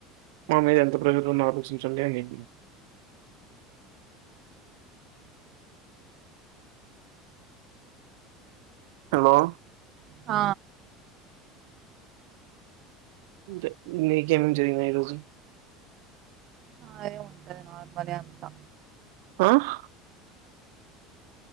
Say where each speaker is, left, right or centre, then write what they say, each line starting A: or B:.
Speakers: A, on the right; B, on the right.
A: మన మీద ఎంత ప్రెస్సర్ ఉందో ఆలోచించండి అని జెప్పింది. హలో
B: ఆ
A: ఇంతే నీకేం జేయను ఈ రోజు
B: అదే ఉంటది నార్మలీ అంతా
A: ఆహ్